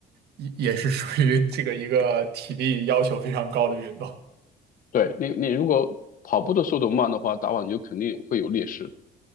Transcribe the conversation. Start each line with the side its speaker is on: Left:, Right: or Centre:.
Right: 也也是属于这个一个体力要求非常高的运动。
Left: 对你你如果跑步的速度慢的话，打网球肯定会有劣势。